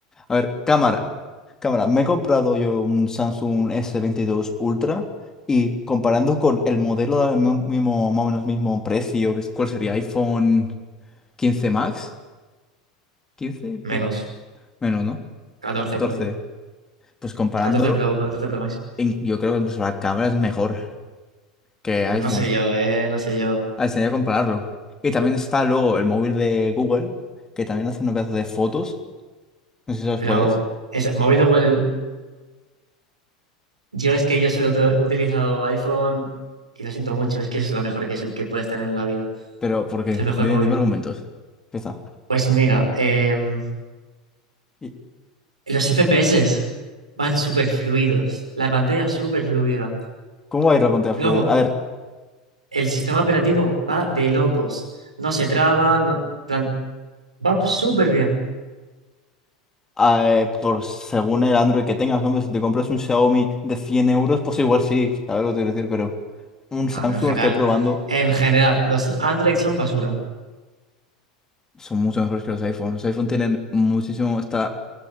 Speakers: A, on the left; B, on the right.
A: A ver, cámara. Cámara, me he comprado yo un Samsung s veintidós Ultra y comparando con el modelo del mi- mismo, más o menos mismo precio, que es- ¿cuál sería? iPhone quince Max, 15
B: Menos
A: de- menos, ¿no?
B: 14
A: 14.
B: Pro.
A: Pues comparándolo.
B: catorce Pro, 14 Pro Max.
A: in- yo creo que incluso la cámara es mejor que
B: No
A: iPhone.
B: sé yo, eh, no sé yo.
A: Ah, enseñar A ver, que compararlo. Y también está luego el móvil de Google, que también hace un pedazo de fotos. No sé si sabes
B: Pero,
A: cuál es.
B: es, me voy luego el. Yo es que yo solo he utilizado iPhone y lo siento mucho, es que es lo mejor que, se- que puedes tener en la vida.
A: Pero, ¿por qué?
B: Es el mejor
A: Dime,
B: móvil.
A: dime argumentos. Empieza.
B: Pues mira, em,
A: ¿Y
B: los FPS van súper fluidos, la pantalla súper fluida.
A: cómo va a ir la pantalla
B: Luego,
A: fluida? A ver,
B: el sistema operativo va de locos, no se traba, no- plan, va súper bien.
A: eh, por según el Android que tengas, hombre, si te compras un Xiaomi de 100 euros, pues igual sí, sabes lo que te quiero decir, pero un
B: Ah,
A: Samsung
B: pero en general,
A: lo estoy probando.
B: en general, los Android son basura.
A: Son mucho mejores que los iPhones. Los iPhone tienen muchísimo. Está.